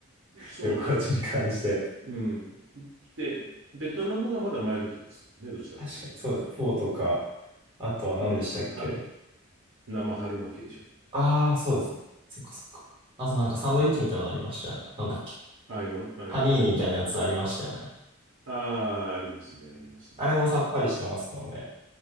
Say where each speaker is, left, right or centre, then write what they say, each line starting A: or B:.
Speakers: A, on the right; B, on the right.
A: <laughs>
B: そうですよね。
A: 旅行中 <laughs> に感じて。
B: うん。で、ベトナムがまだマイルドですもんね、どちらかといえば。
A: 確かに、そうです。フォーとか、あとは何でしたっけ
B: うん。は、生春巻きでしょ。
A: ああー、そうですね。そっかそっか。あとなんかサンドイッチみたいなのありましたよね。
B: うん。
A: なんだっけ。
B: ありま、あ、いやなんだっけな。
A: パニーニみたいなやつありましたよね。
B: ああ、ありますね、ありますね。
A: あれもさっぱりしてますもんね。